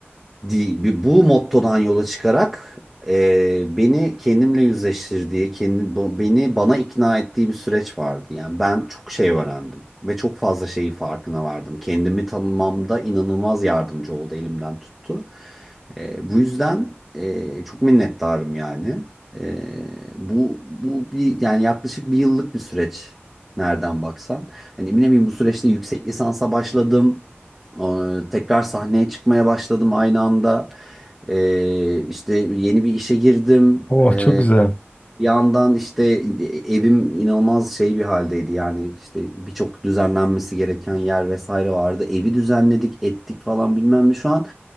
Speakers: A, in the centre; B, on the left.
A: Di- Bu mottodan yola çıkarak e, beni kendimle yüzleştirdiği, kendi, bu- beni bana ikna ettiği bir süreç vardı. Yani ben çok şey öğrendim ve çok fazla şeyi farkına vardım. Kendimi tanımamda inanılmaz yardımcı oldu, elimden tuttu. E, bu yüzden e, çok minnettarım yani. E, bu bu bir yani yaklaşık bir yıllık bir süreç nereden baksan. Hani eminim bu süreçte yüksek lisansa başladım. Ee, Tekrar sahneye çıkmaya başladım aynı anda. Ee, işte yeni bir işe girdim.
B: Oh
A: Ee,
B: çok güzel.
A: bir yandan işte evim inanılmaz şey bir haldeydi. Yani işte birçok düzenlenmesi gereken yer vesaire vardı. Evi düzenledik, ettik falan bilmem ne. Şu an